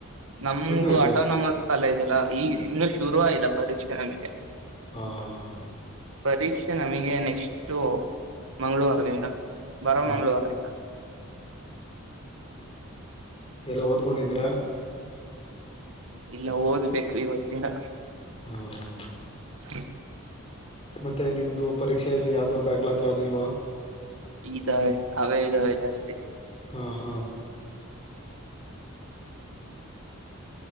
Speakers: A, on the right (about 70°); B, on the left (about 25°).
A: ನಮ್ದು
B: ಇನ್ನೂ ಇದೆಯಾ
A: ಅಟೋನಮಸ್. ಕಾಲೇಜ್ ಅಲ ಈಗಿನ್ನೂ ಶುರು ಆಗಿಲ್ಲ ಪರೀಕ್ಷೆ ನಂಗೆ.
B: ಹಾ ಹಾ ಹಾ.
A: ಪರೀಕ್ಷೆ ನಮಿಗೆ ನೆಕ್ಸ್ಟ್ ಮಂಗಳವಾರದಿಂದ. ಬರೋ
B: ಹಾ
A: ಮಂಗಳವಾರ ಇಂದ.
B: ಎಲ್ಲ ಓದ್ಕೊಂಡಿದ್ದೀರಾ.
A: ಇಲ್ಲ ಓದ್ಬೇಕು ಇವತಿಂದ.
B: ಹಾ ಹಾ.
A: <unintelligible>
B: ಮತ್ತೆ ನಿಮ್ದು ಪರೀಕ್ಷೆಯಲ್ಲಿ ಯಾವ್ದೋ ಬ್ಯಾಕ್ಲಾಕ್ ಯಾವ್ದು ಇಲ್ವಾ.
A: ಇದಾವೆ ಅವೆ ಇದಾವೆ ಅಷ್ಟೆ.
B: ಹಾ ಹಾ.